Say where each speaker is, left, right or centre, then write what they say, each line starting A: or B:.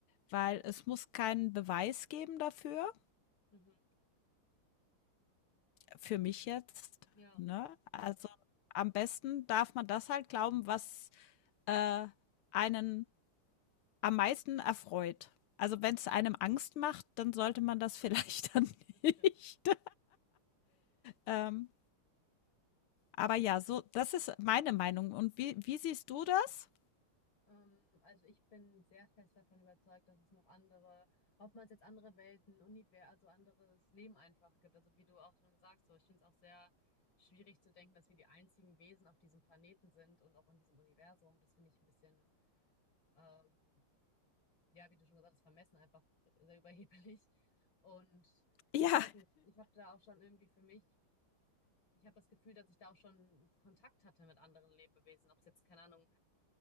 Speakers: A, on the left (about 85°); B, on the left (about 65°).
A: weil es muss keinen Beweis geben dafür,
B: Mhm.
A: für mich jetzt,
B: Ja,
A: ne? Also am besten darf man das halt glauben, was, äh, einen am meisten erfreut. Also wenn es einem Angst macht, dann sollte man das <laughs> vielleicht dann
B: das
A: nicht,
B: stimmt.
A: ähm, Aber ja, so das ist meine Meinung. Und wie wie siehst du das?
B: Ähm, also ich bin sehr fest davon überzeugt, dass es noch andere, ob man es jetzt andere Welten, Universen, also anderes Leben einfach gibt. Also wie du auch schon sagst, so ich finde es auch sehr schwierig zu denken, dass wir die einzigen Wesen auf diesem Planeten sind und auch in diesem Universum. Das finde ich ein bisschen, ähm, ja, wie du schon gesagt hast, vermessen einfach sehr überheblich. Und
A: Ja.
B: ich weiß nicht, ich habe da auch schon irgendwie für mich, ich habe das Gefühl, dass ich da auch schon Kontakt hatte mit anderen Lebewesen, ob es jetzt, keine Ahnung,